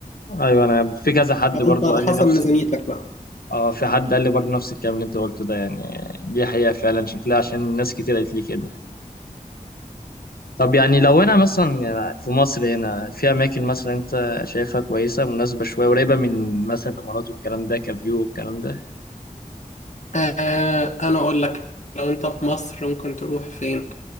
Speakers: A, on the left (about 85°); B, on the left (about 50°).
A: ايوه انا في كذا حد
B: فانت
A: برضو
B: على
A: قال
B: حسب
A: لي نفس
B: ميزانيتك
A: ال...
B: بقى
A: اه في حد قال لي برضو نفس الكلام اللي انت قلته ده يعني دي حقيقه فعلا شكلها عشان ناس كتير قالت لي كده طب يعني لو انا مثلا يعني في مصر هنا في اماكن مثلا انت شايفها كويسه مناسبه شويه قريبه من مثلا الامارات والكلام ده كفيو والكلام ده
B: آه انا اقول لك لو انت في مصر ممكن تروح فين